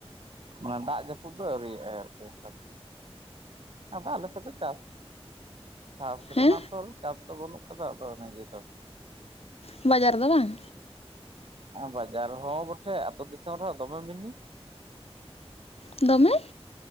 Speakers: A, on the right (about 60°); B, on the left (about 70°).
A: ᱢᱟᱱᱮ ᱫᱟᱜ ᱡᱟᱹᱯᱩᱫ ᱫᱚ ᱟᱹᱣᱨᱤᱭᱟᱜᱼᱟᱭ ᱟᱨᱠᱤ ᱚᱝᱠᱟ ᱟᱫᱚ ᱟᱞᱮ ᱥᱮᱫ ᱫᱚ ᱪᱟᱥ <inaudible> ᱪᱟᱥ
B: ᱦᱮᱸ
A: ᱨᱮᱱᱟᱜ ᱛᱚ ᱪᱟᱥ ᱫᱚ ᱵᱟᱹᱱᱩᱜ ᱠᱟᱫᱟ ᱟᱫᱚ ᱚᱱᱮ ᱱᱤᱭᱟᱹ ᱫᱚ
B: ᱵᱟᱡᱟᱨ ᱫᱚ ᱵᱟᱝ?
A: ᱵᱟᱡᱟᱨ ᱦᱚᱸ ᱵᱚᱴᱷᱮ ᱟᱹᱛᱳ ᱫᱤᱥᱚᱢ ᱨᱮᱦᱚᱸ ᱫᱚᱢ ᱢᱤᱫ
B: ᱫᱚᱢᱮ?